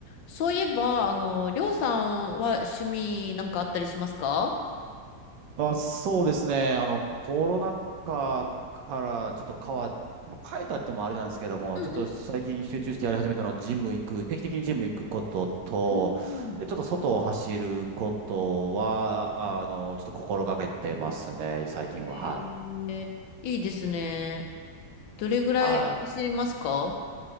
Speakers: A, on the left; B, on the right.
A: そういえば、あの、りょうさんは趣味なんかあったりしますか
B: あ、そうですね。あの、コロナ禍からちょっと変わっ、まあ、変えたってもあれなんですけども、
A: うん
B: ちょっと最近集中してやり始めたのは、ジム行く、定期的にジム行くことと、
A: うんうん
B: で、ちょっと外を走ることは、あの、ちょっと心がけてますね、最近は。
A: うんえー、
B: はい。
A: いいですね。どれぐらい走りますか
B: は